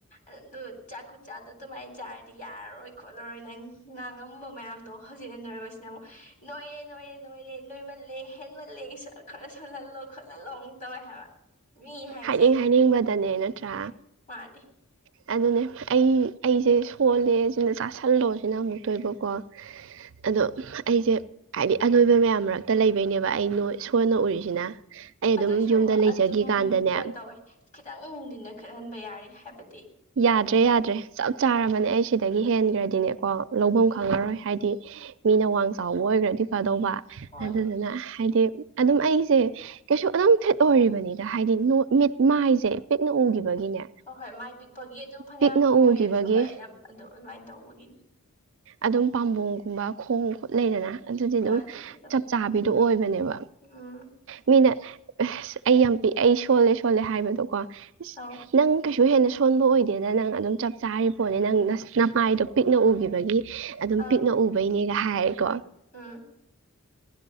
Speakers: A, on the left (about 35°); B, on the right (about 60°).
A: ꯑꯗꯨ ꯆꯥꯛ ꯈꯨꯠ ꯆꯥꯗꯣ ꯑꯗꯨꯃꯥꯏꯅ ꯆꯥꯔꯗꯤ ꯌꯥꯔꯔꯣꯏ ꯈꯣꯠꯂꯔꯣꯏ ꯅꯪ ꯉꯥꯡꯉꯝꯕ ꯃꯌꯥꯝꯗꯣ ꯍꯧꯖꯤꯛꯅ ꯅꯣꯏꯔꯕꯁꯤꯅ ꯑꯃꯨꯛ ꯅꯣꯏꯌꯦ ꯅꯣꯏꯌꯦ ꯅꯣꯏꯔꯦ ꯅꯣꯏꯃꯜꯂꯦ ꯍꯦꯟꯃꯜꯂꯦ ꯈꯔ ꯁꯜꯍꯜꯂꯣ ꯈꯣꯠꯍꯜꯂꫭ ꯇꯧꯋꯦ ꯍꯥꯏꯕ ꯃꯤ ꯍꯥꯏꯁꯦ
B: ꯍꯥꯏꯅꯤꯡ ꯍꯥꯏꯅꯤꯡꯕꯗꯅꯦ ꯅꯠꯇ꯭ꯔꯥ
A: ꯑꯗꯨꯅꯤ ꯃꯥꯅꯤ
B: ꯑꯗꯨꯅꯦ ꯑꯩ ꯑꯩꯁꯦ ꯁꯣꯜꯂꯦ ꯁꯤꯅ ꯆꯥꯁꯜꯂꯣꯁꯤꯅ ꯑꯃꯨꯛꯇꯣꯏꯕꯀꯣ ꯑꯗꯣ ꯑꯩꯁꯦ ꯍꯥꯏꯗꯤ ꯑꯅꯣꯏꯕ ꯃꯌꯥꯝ ꯃꯔꯛꯇ ꯂꯩꯕꯩꯅꯦꯕ ꯑꯩꯩ ꯅꫭꯏ ꯁꯣꯟꯅ ꯎꯔꯤꯁꯤꯅ ꯑꯩ ꯑꯗꯨꯝ
A: ꯑꯗꯨꯏꯁꯨ
B: ꯌꯨꯝꯗ ꯂꯩꯖꯈꯤꯀꯥꯟꯗꯅꯦ
A: ꯑꯗꯨꯝ ꯀꯩꯅꯣ ꯇꯧꯋꯦ ꯈꯤꯇꯪꯗꯤ ꯅꫭꯏ ꯈꯠꯍꯟꯕ ꯌꯥꯔꯤ ꯍꯥꯏꯕꯗꯤ
B: ꯌꯥꯗ꯭ꯔꯦ ꯌꯥꯗ꯭ꯔꯦ ꯆꯞ ꯆꯥꯔꯕꯅꯦ ꯑꯩ ꯁꯤꯗꯒꯤ ꯍꯦꯟꯈ꯭ꯔꯗꯤꯅꯦꯀꯣ ꯂꯧꯐꯝ
A: ꯎꯝ
B: ꯈꯪꯉꯔꯣꯏ ꯍꯥꯏꯗꯤ ꯃꯤꯅ ꯋꯥꯡ ꯆꯥꯎꯕ ꯑꯣꯏꯈ꯭ꯔꯗꯤ ꯐꯗꯧꯕ
A: ꯍꯣꯏ
B: ꯑꯗꯨꯗꯨꯅ ꯍꯥꯏꯗꯤ ꯑꯗꯨꯝ ꯑꯩꯁꯦ ꯀꯩꯁꯨ ꯑꯗꯨꯝ ꯐꯤꯠ ꯑꯣꯏꯔꯤꯕꯅꯤꯗ ꯍꯥꯏꯗꯤ ꯃꯤꯠ ꯃꯥꯏꯁꯦ ꯄꯤꯛꯅ ꯎꯈꯤꯕꯒꯤꯅꯦ
A: ꯍꯣꯏ ꯍꯣꯏ ꯃꯥꯏ ꯄꯤꯛꯄꯒꯤ ꯑꯗꯨꯝ ꯐꯅꯌꯥꯝ
B: ꯄꯤꯛꯅ
A: ꯅꯣꯏꯔꯁꯨ
B: ꯎꯈꯤꯕꯒꯤ
A: ꯍꯣꯏ ꯌꯥꯝ ꯑꯗꯨ ꯑꯗꯨꯃꯥꯏꯅ ꯇꯧꯕꯒꯤꯅꯤ
B: ꯑꯗꯨꯝ ꯄꯥꯝꯕꯣꯒꯨꯝꯕ ꯈꯣꯡ ꯄꯣꯠ ꯂꯩꯗꯅ ꯑꯗꯨꯗꯤ
A: ꯍꯥꯏꯗꯨꯗꯤ
B: ꯑꯗꯨꯝ
A: ꯑꯗꯨꯝ
B: ꯆꯞ ꯆꯥꯕꯤꯗꯣ ꯑꯣꯏꯕꯅꯦꯕ
A: ꯎꯝ
B: ꯃꯤꯅ ꯑꯩ ꯌꯥꯝ ꯄꯤꯛ ꯑꯩ ꯁꯣꯜꯂꯦ ꯁꯣꯜꯂꯦ ꯍꯥꯏꯕꯗꯣꯀꯣ ꯑꯁ
A: ꯑꯧ
B: ꯅꯪ ꯀꯩꯁꯨ ꯍꯦꯟꯅ ꯁꯣꯟꯕ ꯑꯣꯏꯗꯦꯗ ꯅꯪ ꯑꯗꯨꯝ ꯆꯞ ꯆꯥꯔꯤ ꯄꯣꯠꯅꯤ ꯅꯪ ꯅꯄꯥꯏꯗꯣ ꯄꯤꯛꯅ ꯎꯈꯤꯕꯒꯤ ꯑꯗꯨꯝ
A: ꯑꯥ
B: ꯄꯤꯛꯅ ꯎꯕꯩꯅꯦꯒ ꯍꯥꯏꯔꯦꯀꯣ
A: ꯎꯝ